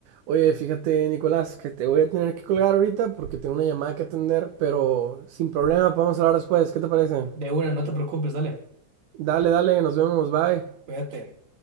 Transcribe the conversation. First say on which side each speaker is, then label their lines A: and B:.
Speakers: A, on the right; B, on the right.
A: Oye, fíjate, Nicolás, que te voy a tener que colgar ahorita porque tengo una llamada que atender, pero sin problema, podemos hablar después. ¿Qué te parece?
B: De una, no te preocupes, dale.
A: Dale, dale, nos vemos, bye.
B: Cuídate.